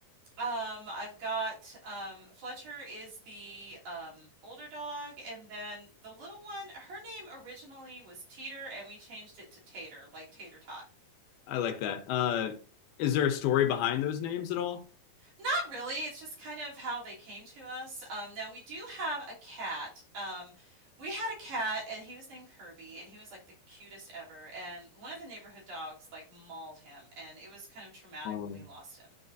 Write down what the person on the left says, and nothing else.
I like that. Uh, is there a story behind those names at all?
Um,